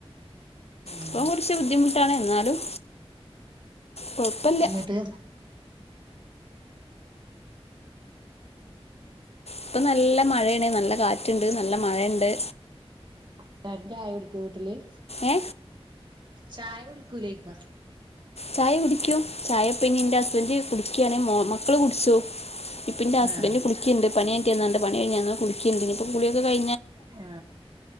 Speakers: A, on the right; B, on the left.
A: ഉം
B: ഇപ്പൊ കൊറച്ച് ബുദ്ധിമുട്ടാണ് എന്നാലും. കുഴപ്പമില്ല
A: ന്ന്ട്ട്.
B: ഇപ്പൊ നല്ല മയേണ് നല്ല കാറ്റ്ണ്ട് നല്ല മയണ്ട്.
A: <unintelligible> വീട്ടില്.
B: ഏ
A: ചായ കുടിക്കൂലേക്ക.
B: ചായ കുടിക്കും ചായപ്പ ഇനി ന്റെ ഹസ്ബന്റ് കുടിക്യാണ് മക്കള് കുടിച്ചു. ഇപ്പെന്റെസ്ബന്റ്
A: ആഹ്
B: കുളിക്കിണ്ട് പണി മാറ്റിയന്നാണ്ട് പണി ഴിഞ്ഞന്ന കുളിക്കിണ്ട് ഞ്പ്പം കുളിയൊക്കെ കൈ
A: ആ